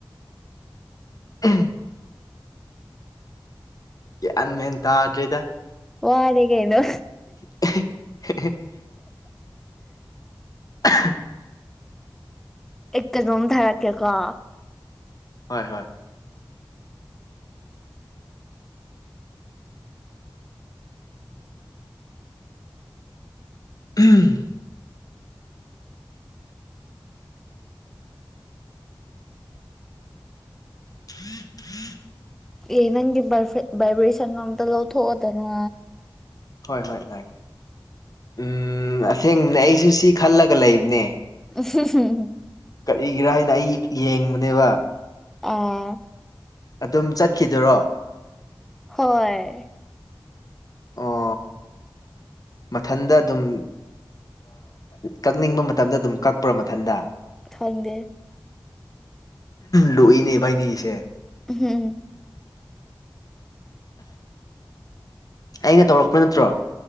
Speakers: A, on the left; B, in the centre.
A: <unintelligible> ꯒ꯭ꯌꯥꯟ ꯃꯦꯟ ꯇꯥꯗ꯭ꯔꯦꯗ
B: ꯋꯥꯔꯦꯀꯩꯅꯣ
A: <inaudible> <inaudible>
B: ꯑꯦ ꯀꯩꯅꯣꯝ ꯊꯥꯔꯛꯀꯦꯀꯣ
A: ꯍꯣꯏ ꯍꯣꯏ ꯎꯝ <unintelligible>
B: ꯑꯦ ꯅꯪꯒꯤ ꯕꯥꯏꯕ꯭ꯔꯦꯁꯟꯗꯣ ꯑꯃꯇ ꯂꯧꯊꯣꯛꯑꯣꯗꯅ
A: ꯍꯣꯏ ꯍꯣꯏ ꯉꯥꯏꯈꯤ ꯎꯝ ꯑꯁꯦꯡꯕꯅꯦ ꯑꯩꯁꯨ ꯁꯤ ꯈꯜꯂꯒ ꯂꯩꯕꯅꯦ
B: <inaudible>
A: ꯀꯔꯤꯒꯤꯔꯥ ꯍꯥꯏꯅ ꯑꯩ ꯌꯦꯡꯕꯅꯦꯕ
B: ꯑꯥ
A: ꯑꯗꯨꯝ ꯆꯠꯈꯤꯗꯔꯣ
B: ꯍꯣꯏ
A: ꯑꯣ ꯃꯊꯟꯗ ꯑꯗꯨꯝ ꯀꯛꯅꯤꯡꯕ ꯃꯇꯝꯗ ꯑꯗꯨꯝ ꯀꯛꯄ꯭ꯔꯥ ꯃꯊꯟꯗ
B: ꯈꯪꯗꯦ
A: ꯂꯨꯏꯅꯦ ꯏꯕꯥꯏꯅꯤꯒꯤꯁꯦ
B: <unintelligible>
A: ꯑꯩꯅ ꯇꯧꯔꯛꯄ ꯅꯠꯇ꯭ꯔꯣ